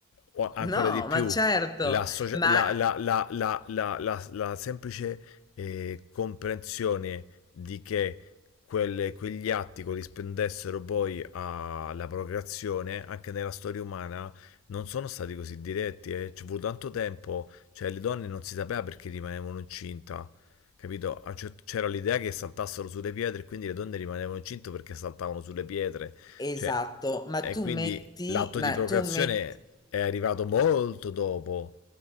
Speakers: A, on the left (about 80°); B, on the left (about 20°).
A: O ancora
B: No,
A: di più,
B: ma certo,
A: la, socia-
B: ma
A: la, la, la, la, la, la, la semplice eh, comprensione di che quelle- quegli atti corrispondessero poi alla procreazione, anche nella storia umana, non sono stati così diretti, eh. Ci è voluto tanto tempo, cioè le donne non si sapeva perché rimanevano incinta, capito? A un cer- C'era l'idea che saltassero sulle pietre e quindi le donne rimanevano incinte perché saltavano sulle pietre,
B: esatto,
A: cioè,
B: ma
A: e
B: tu
A: quindi
B: metti,
A: l'atto
B: ma
A: di procreazione
B: tu metti
A: è arrivato molto dopo.